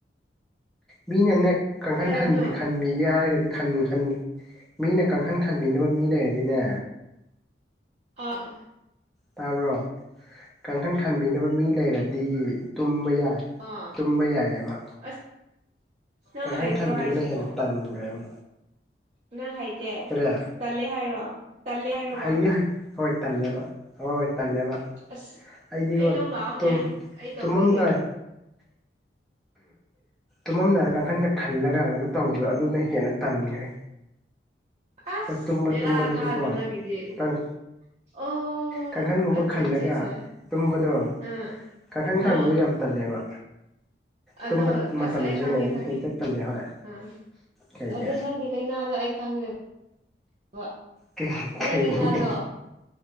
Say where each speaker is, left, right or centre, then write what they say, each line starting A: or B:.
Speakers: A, in the centre; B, on the right.
A: ꯃꯤꯅꯅꯦ ꯀꯪꯈꯟ
B: ꯀꯩ
A: ꯈꯟꯕꯤ
B: ꯍꯥꯏꯕꯅꯣ
A: ꯈꯟ ꯕꯦꯒꯤ ꯍꯥꯏꯔꯒꯗꯤ ꯈꯟ ꯈꯟꯗꯦ ꯃꯤꯅ ꯀꯥꯡꯈꯟ ꯈꯟꯕꯤꯅꯕ ꯃꯤ ꯂꯩꯔꯗꯤꯅꯦ
B: ꯑꯥ
A: ꯇꯥꯕ꯭ꯔꯣ ꯀꯥꯡꯈꯟ ꯈꯟꯕꯤꯅꯕ ꯃꯤ ꯂꯩꯔꯗꯤ ꯇꯨꯝꯕ ꯌꯥꯏ
B: ꯑꯥ
A: ꯇꯨꯝꯕ ꯌꯥꯏꯑꯕ
B: ꯑꯁ ꯅꯪ
A: ꯀꯥꯡꯈꯟ
B: ꯍꯩꯗ꯭ꯔꯣ
A: ꯈꯟꯕꯗꯨꯅ
B: ꯍꯥꯏꯁꯤꯕꯣ
A: ꯍꯦꯟꯅ ꯇꯟꯈ꯭ꯔꯦꯕ
B: ꯅꯪ ꯍꯩꯇꯦ
A: ꯀꯔꯤ
B: ꯇꯜꯂꯦ ꯍꯥꯏꯔꯣ ꯇꯜꯂꯦ ꯍꯥꯏꯔꯣꯕ
A: ꯍꯩꯗꯤ ꯍꯩ ꯍꯣꯏ ꯇꯜꯂꯦꯕ ꯍꯣꯏ ꯇꯜꯂꯦꯕ
B: ꯑꯁ
A: ꯑꯩꯗꯤꯉꯣ
B: ꯑꯩ ꯂꯧ ꯂꯥꯛꯑꯣꯅꯦ
A: ꯇꯨꯝ
B: ꯑꯩ ꯑꯩ ꯇꯧꯕꯤꯒꯦ
A: ꯇꯨꯃꯝꯗꯥꯏ ꯇꯨꯝꯃꯝꯗꯥꯏꯗ ꯀꯥꯡꯈꯟꯗ ꯈꯜꯂꯒ ꯀꯩꯅꯣ ꯇꯧꯕꯗꯣ ꯑꯗꯨꯅ ꯍꯦꯟꯅ ꯇꯟꯈ꯭ꯔꯦ
B: ꯑꯁ
A: ꯍꯣꯏ ꯇꯨꯝꯕ
B: ꯕꯦꯔꯥ
A: ꯇꯨꯝꯕꯗꯁꯨꯀꯣ
B: ꯀꯥꯗ꯭ꯔꯣ ꯅꯪꯒꯤꯗꯤ
A: ꯇꯪ
B: ꯑꯣ
A: ꯀꯥꯡꯈꯟꯒꯨꯝꯕ
B: ꯑꯠꯆꯥ
A: ꯈꯜꯂꯒ
B: ꯑꯠꯆꯥ ꯑꯠꯆꯥ
A: ꯇꯨꯝꯕꯗꯣ
B: ꯑꯥ
A: ꯀꯥꯡꯈꯟ ꯈꯪꯕꯗꯣ
B: ꯑꯥ
A: ꯌꯥꯝ ꯇꯜꯂꯦꯕ
B: ꯑꯗꯣ
A: ꯇꯨꯝꯕ ꯃꯇꯝꯗꯁꯨꯅꯦ
B: ꯑꯁ ꯑꯩ ꯈꯪꯉꯦ ꯈꯪꯉꯦ
A: ꯍꯦꯛꯇ ꯇꯜꯂꯦ ꯍꯣꯏ
B: ꯑ
A: ꯀꯩꯒꯤ
B: ꯑꯗꯣ ꯅꯪꯒꯤ ꯂꯩꯅꯥꯗꯣ ꯑꯩ ꯈꯪꯈ꯭ꯔꯦꯕ
A: ꯀꯩ ꯀꯩꯒꯤ
B: ꯅꯪ ꯂꯩꯅꯥꯗꯣ